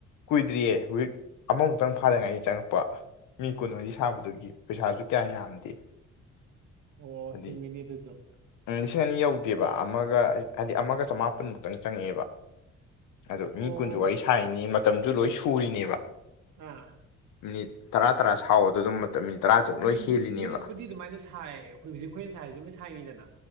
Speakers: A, on the left (about 90°); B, on the right (about 75°).
A: ꯀꯨꯏꯗ꯭ꯔꯤꯌꯦ ꯋꯤꯛ ꯑꯃꯃꯨꯛꯇꯪ ꯐꯥꯗ ꯉꯥꯏꯔꯤ ꯆꯪꯉꯛꯄ ꯃꯤ ꯀꯨꯟꯃꯔꯤ ꯁꯥꯕꯗꯨꯒꯤ ꯄꯩꯁꯥꯁꯨ ꯀꯌꯥ ꯌꯥꯝꯗꯦ
B: ꯑꯣ
A: ꯍꯥꯏꯗꯤ
B: ꯆꯨꯝꯃꯤꯅꯤ ꯑꯗꯨꯖꯨ
A: ꯎꯝ ꯂꯤꯁꯤꯡ ꯑꯅꯤ ꯌꯧꯗꯦꯕ ꯑꯃꯒ ꯍꯥꯏꯗꯤ ꯑꯃꯒ ꯆꯃꯥꯄꯨꯟꯃꯨꯛꯇꯪ ꯆꯪꯉꯛꯑꯦꯕ ꯑꯗꯣ
B: ꯑꯣ
A: ꯃꯤ ꯀꯨꯟꯖꯨ ꯋꯥꯔꯤ ꯁꯥꯔꯤꯅꯤ ꯃꯇꯝꯁꯨ ꯂꯣꯏ ꯁꯨꯔꯤꯅꯦꯕ
B: ꯑꯥ
A: ꯃꯤꯅꯤꯠ ꯇꯔꯥ ꯇꯔꯥ ꯁꯥꯎꯋꯣꯗꯣ ꯑꯗꯨꯝ ꯃꯇꯝ ꯃꯤꯅꯤꯠ ꯇꯔꯥꯁꯦ ꯑꯗꯨꯝ ꯂꯣꯏ
B: ꯃꯤꯅꯤꯠ
A: ꯍꯦꯜꯂꯤꯅꯦꯕ
B: ꯃꯤꯅꯤꯠꯄꯨꯗꯤ ꯑꯗꯨꯃꯥꯏꯅ ꯁꯥꯏ ꯑꯩꯈꯣꯏ ꯍꯧꯖꯤꯛ ꯑꯩꯈꯣꯏꯅ ꯁꯥꯏꯖꯤ ꯑꯗꯨꯝꯅ ꯁꯥꯏꯅꯤꯗꯅ